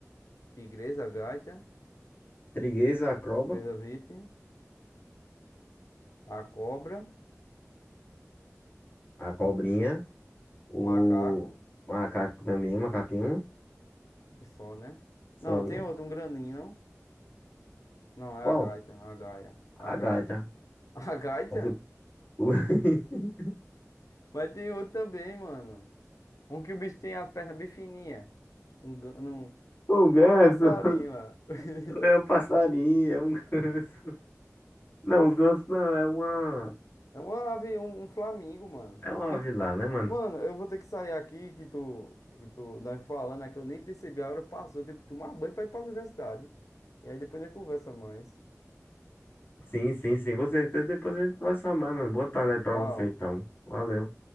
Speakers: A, on the left; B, on the left.
A: Igreja Gaita,
B: trigueza, a croba,
A: Tigresa VIP, a Cobra,
B: a cobrinha, o
A: o Macaco
B: macaco também, macaquinho,
A: e só, né?
B: só,
A: Não,
B: né?
A: tem outro, um grandinho, não? Não, é
B: Qual?
A: a Gaita, a Gaia, a
B: A
A: Ga...
B: gaita.
A: <laughs> A Gaita?
B: É do- o, <laughs>
A: Mas tem outro também, mano. Um que o bicho tem as pernas bem fininhas. Um, gan- um,
B: o ganso.
A: um passarinho lá. <laughs>
B: É o passarinho, é um ganso. Não, o ganso não, é uma.
A: É uma ave, um, um flamingo, mano.
B: É uma
A: E,
B: ave lá, né, mano?
A: mano, eu vou ter que sair aqui que tu, que tu, nós falando aqui, eu nem percebi, a hora passou, eu tenho que tomar banho pra ir pra universidade. E aí depois nós conversa mais.
B: Sim, sim, sim, com certeza. Depois a gente conversa mais, mano. Boa tarde aí pra
A: Tchau.
B: você, então. Valeu.